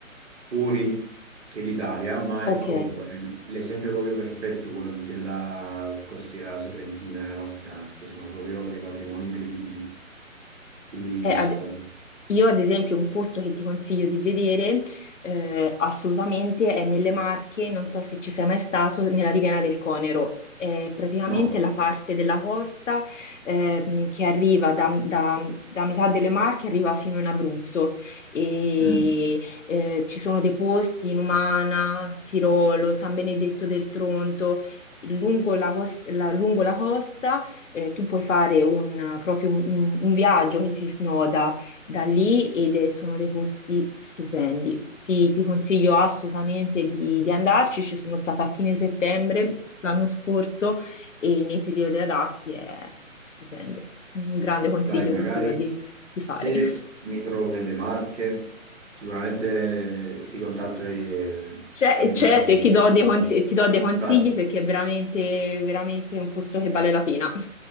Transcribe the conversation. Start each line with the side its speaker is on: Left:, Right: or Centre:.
Right: fuori che l'Italia, ma
Left: ok.
Right: ecco, l'esempio è proprio perfetto, quello della costiera sorrentina e amalfitana, perché sono proprio dei patrimoni incredibili. Quindi
Left: Eh, ad-
Right: ci sta tutto.
Left: Io, ad esempio, un posto che ti consiglio di vedere eh, assolutamente è nelle Marche, non so se ci sei mai stato, nella Riviera del Conero. È praticamente
Right: No.
Left: la parte della costa ehm, che arriva da, da- da metà delle Marche, arriva fino in Abruzzo. E,
Right: mm.
Left: eh, ci sono dei posti in Umana, Sirolo, San Benedetto del Tronto. Lungo la, cos- la- lungo la costa eh, tu puoi fare un, proprio un un- un viaggio che si snoda da lì ed è- sono dei posti stupendi. Ti, ti consiglio assolutamente di, di andarci. Ci sono stata a fine settembre l'anno scorso e nei periodi adatti è stupendo. Un grande consiglio
Right: Dai, magari
Left: che ti do di,
Right: se
Left: di fare. <laughs>
Right: mi trovo nelle Marche, sicuramente ti contatto e,
Left: Cioè,
Right: e mi
Left: certo,
Right: fai la, la
Left: e ti do
Right: guida.
Left: dei consigli, ti do dei consigli
Right: Dai,
Left: perché è veramente, veramente un posto che vale la pena. <laughs>